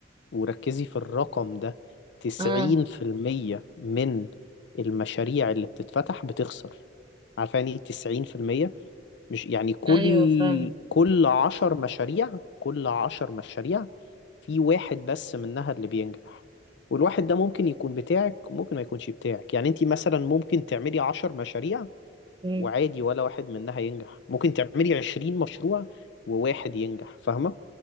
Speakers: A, on the left; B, on the right.
A: وركزي في الرقم ده تسعين
B: اه
A: في المية من المشاريع اللي بتتفتح بتخسر عارفة يعني ايه تسعين في المية مش يعني كل
B: ايوه فاهم
A: كل عشر مشاريع كل عشر مشاريع في واحد بس منها اللي بينجح والواحد ده ممكن يكون بتاعك وممكن ما يكونش بتاعك يعني انت مثلا ممكن تعملي عشر مشاريع
B: مم،
A: وعادي ولا واحد منها ينجح ممكن تعملي عشرين مشروع وواحد ينجح فاهمة